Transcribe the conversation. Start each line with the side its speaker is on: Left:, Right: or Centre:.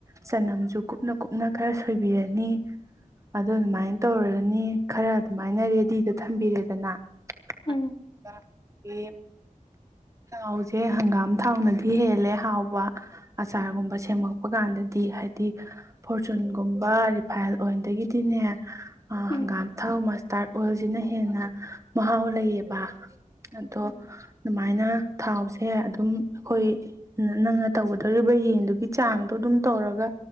Right: ꯆꯅꯝꯁꯨ ꯀꯨꯞꯅ ꯀꯨꯞꯅ ꯈꯔ ꯁꯣꯏꯕꯤꯔꯅꯤ ꯑꯗꯨ ꯑꯗꯨꯃꯥꯏꯅ ꯇꯧꯔꯅꯤ ꯈꯔ ꯑꯗꯨꯃꯥꯏꯅ ꯔꯦꯗꯤꯗ ꯊꯝꯕꯤꯔꯦꯗꯅ
Left: ꯎꯝ
Right: ꯑꯩ ꯊꯥꯎꯁꯦ ꯍꯪꯒꯥꯝ ꯊꯥꯎꯅꯗꯤ ꯍꯦꯜꯂꯦ ꯍꯥꯎꯕ ꯑꯆꯥꯔꯒꯨꯝꯕ ꯁꯦꯝꯃꯛꯄ ꯀꯥꯟꯗꯗꯤ ꯍꯥꯏꯗꯤ ꯐꯣꯔꯆꯨꯟꯒꯨꯝꯕ ꯔꯤꯐꯥꯏꯟ ꯑꯣꯏꯜꯗꯒꯤꯗꯤꯅꯦ
Left: ꯎꯝ
Right: ꯍꯪꯒꯥꯝ ꯊꯥꯎ ꯃꯁꯇꯥꯔꯠ ꯑꯣꯏꯜꯁꯤꯅ ꯍꯦꯟꯅ ꯃꯍꯥꯎ ꯂꯩꯌꯦꯕ ꯑꯗꯣ
Left: ꯎꯝ
Right: ꯑꯗꯨꯃꯥꯏꯅ ꯊꯥꯎꯁꯦ ꯑꯗꯨꯝ ꯑꯩꯈꯣꯏ ꯅꯪꯅ ꯇꯧꯒꯗꯧꯔꯤꯕ ꯌꯦꯟꯗꯨꯒꯤ ꯆꯥꯡꯗꯣ ꯑꯗꯨꯝ ꯇꯧꯔꯒ